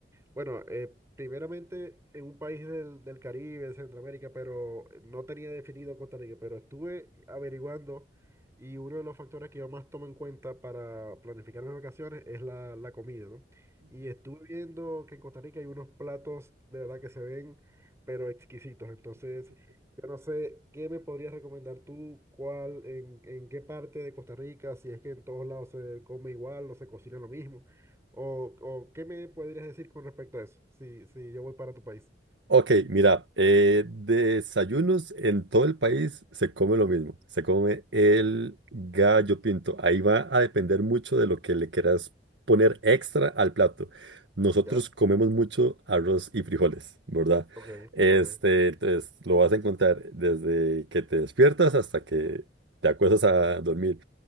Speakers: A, on the right (about 15°); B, on the right (about 80°).
A: Bueno, eh, primeramente en un país del, del Caribe, de Centroamérica, pero no tenía definido Costa Rica, pero estuve averiguando y uno de los factores que yo más tomo en cuenta para planificar mis vacaciones es la, la comida, ¿no? Y estuve viendo que en Costa Rica hay unos platos de verdad que se ven, pero exquisitos. Entonces, yo no sé qué me podrías recomendar tú, cuál, en, en qué parte de Costa Rica, si es que en todos lados se come igual o se cocina lo mismo. ¿O, o qué me podrías decir con respecto a eso? Si, si yo voy para tu país.
B: Ok, mira, eh, desayunos en todo el país se come lo mismo, se come el gallo pinto. Ahí va a depender mucho de lo que le quieras poner extra al plato. Nosotros
A: Ya,
B: comemos mucho arroz y frijoles, ¿verdad?
A: ok,
B: Este,
A: ok,
B: entonces lo vas a encontrar desde que te despiertas hasta que te acuestas a dormir.